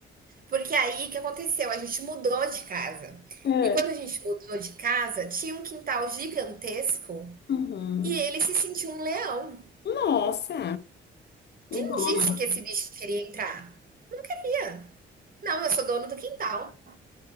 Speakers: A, on the right; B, on the left.
A: Porque aí o que aconteceu? A gente mudou de casa.
B: É.
A: E quando a gente mudou de casa, tinha um quintal gigantesco
B: Uhum.
A: e ele se sentiu um leão.
B: Nossa, o
A: Quem
B: dono.
A: disse que esse bicho queria entrar? Não queria. Não, eu sou dono do quintal.